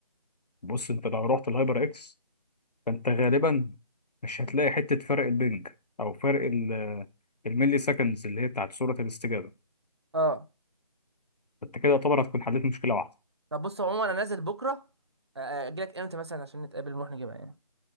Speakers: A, on the left; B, on the right.
A: بص انت لو رحت الهايبر اكس فانت غالبا مش هتلاقي حته فرق البنج او فرق ال- الملي سكندز اللي هي بتاعت سرعه الاستجابه
B: اه
A: فانت كده يعتبر هتكون حليت مشكله واحده
B: طب بص عموما انا نازل بكره اجي لك امتى مثلا عشان نتقابل ونروح نجيبها يعني